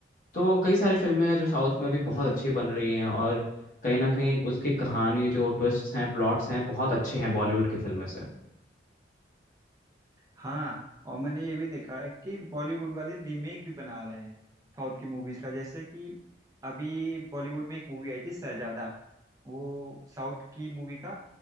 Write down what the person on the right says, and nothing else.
हम्म
हाँ और मैंने ये भी देखा है कि बॉलीवुड वाले रीमेक भी बना रहे हैं साउथ की मूवीज का जैसे कि अभी बॉलीवुड में एक मूवी आई थी शहजादा वो साउथ की मूवी का